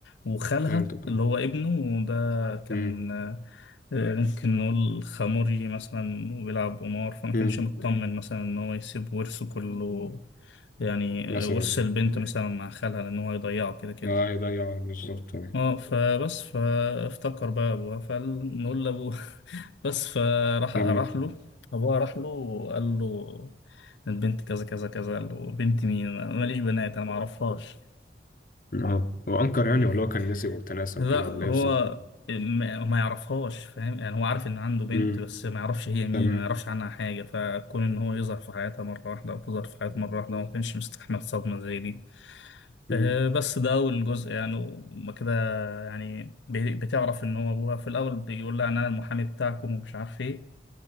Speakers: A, on the left; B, on the left.
A: وخالها
B: فهمتك
A: اللي
B: اه
A: هو ابنه ده كان
B: مم.
A: آه، آه، ممكن نقول خموري مثلا وبيلعب قمار فما كانش
B: مم.
A: مطمن مثلا ان هو يسيب ورثه كله يعني
B: مثلا
A: آه، ورث
B: يعني.
A: البنت مثلا مع خالها لان هو هيضيعه كده كده
B: اه يضيع بالظبط يعني.
A: اه فبس فافتكر بقى ابوه فنقول لابوه <laughs> بس فراح
B: تمام
A: راح له ابوها راح له وقال له البنت كذا كذا كذا قال له بنت مين أنا ماليش بنات انا ما اعرفهاش
B: اه هو انكر يعني
A: مم.
B: ولا هو كان نسي وتناسى
A: لا
B: وكده
A: هو
B: ولا ايه بالظبط
A: ما ما يعرفهاش فاهم يعني هو عارف ان عنده بنت
B: امم
A: بس ما يعرفش هي مين
B: تمام
A: ما يعرفش عنها حاجه فكون ان هو يظهر في حياتها مره واحده او تظهر في حياته مره واحده هو ما كانش مستحمل صدمه زي دي
B: امم
A: آه، بس ده أول جزء يعني وما كده يعني بي- بتعرف إن هو أبوها في الأول بيقول لها إن أنا المحامي بتاعكم ومش عارف إيه